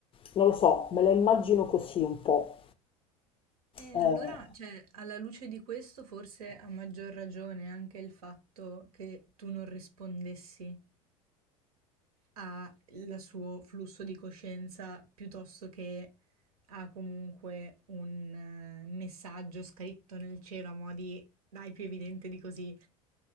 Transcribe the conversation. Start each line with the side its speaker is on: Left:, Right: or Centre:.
Left: Non lo so, me la immagino così un po'.
Right: E
Left: Eh,
Right: allora, cioè, alla luce di questo, forse a maggior ragione anche il fatto che tu non rispondessi ha il suo flusso di coscienza piuttosto che ha comunque un eh, messaggio scritto nel cielo a mo' di dai più evidente di così.